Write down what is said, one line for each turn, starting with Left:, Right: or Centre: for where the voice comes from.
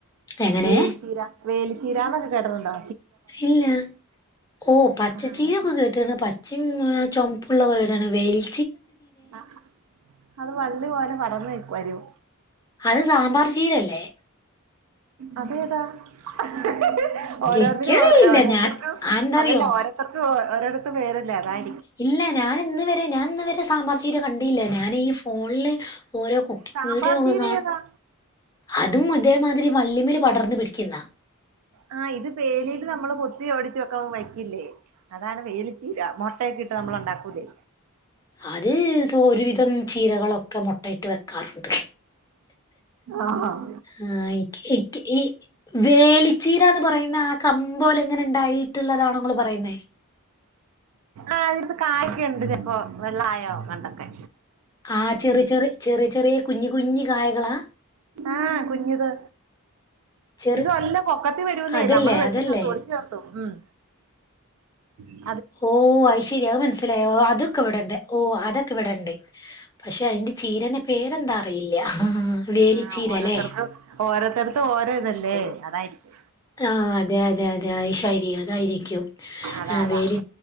Left: എങ്ങനെ
Right: വേലിച്ചീര വേലിച്ചീരന്നൊക്കെ കേട്ടട്ടണ്ടോ?
Left: ഇല്ല ഓ പച്ച
Right: ആഹ്
Left: ചീര ഒക്കെ കേട്ടാണ് പച്ചയും ചോപ്പുള്ള കേട്ടണ് വേലി
Right: ആഹ അത് വള്ളി പോലെ പടർന്നു വരും.
Left: അത് സാമ്പാർ ചീരല്ലേ?
Right: അതേതാ? ഹ ഹ ഓരോന്നിനും
Left: ഇക്കറിയില്ല
Right: ഓ ഓരോരുത്തർക്കും
Left: ഞാൻ അതെന്താറിയോ
Right: അതല്ല ഓരോത്തർക്കും ഓരോത്ത പേരല്ലേ അതായ
Left: ഇല്ല ഞാൻ ഇന്ന് വരെ ഞാൻ ഇന്ന വരെ സാമ്പാർ ചീര കണ്ടില്ല ഞാൻ ഈ ഫോണില് ഓരോ കുക്കിംഗ്
Right: സാമ്പാർ
Left: വീഡിയോ ഒക്കെ
Right: ചീര
Left: കാണും
Right: ഏതാ
Left: അതും അതേമാതിരി വള്ളിമേലെ പടർന്നു പിടിക്കുന്ന
Right: ആഹ ഇത് പേലിൽ നമ്മള് കൊത്തി ഒടിച്ച് ഒക്കെ വെക്കില്ലേ അതാണ് വേലിച്ചീര മുട്ടയക്കെ ഇട്ട് നമ്മൾ ഉണ്ടാക്കൂല്ലേ?
Left: അത് സ ഒരുവിധം ചീരകളൊക്കെ മുട്ടയിട്ട് വെക്കാറുണ്ട്.
Right: ആഹ്
Left: ആ എനിക്കിനി എനിക്കിനി വേലി ചീരന്ന് പറയുന്ന ആ കം പോലെ എങ്ങനെ ഉണ്ടായിട്ടുള്ളതാണോ നിങ്ങൾ പറയുന്നേ
Right: ആഹ അതിപ്പോ കായ്ക്കുണ്ട് ചപ്പോ വെള്ളായോ അങ്ങണ്ടൊക്കെ
Left: ആ ചെറി ചെറി ചെറി ചെറിയ കുഞ്ഞി കുഞ്ഞി കായകളാ
Right: ആഹ കുഞ്ഞത്.
Left: ചെറു
Right: ഇത് വല്ല പൊക്കത്തി വരുന്നേ
Left: അതല്ലേ
Right: നമ്മള് വെട്ടി
Left: അതല്ലേ
Right: ചേർത്തു ഒടിച്ചു നിർത്തും ഉം. ആ
Left: ഓ അയ് ശരിയാ മനസ്സിലായി
Right: ഉണ്ട്
Left: അതൊക്കെ ഇവിടെ ഉണ്ട് ഓ അതൊക്കെ ഇവിടെ ഉണ്ട്. പക്ഷെ അതിന്റെ ചീരന്റെ പേരെന്താ അറിയില്ല.
Right: ആ
Left: വേലിച്ചീര
Right: ഓരോരുത്തർക്കും
Left: അല്ലേ
Right: ഓരോത്തടത്തും ഓരോ ഇതല്ലേ
Left: ഓ
Right: അതായിരിക്കും.
Left: ആ അതെ അതെ അതെ അയ് ശരി അതായിരിക്കും
Right: അതാ അതാ
Left: വേലി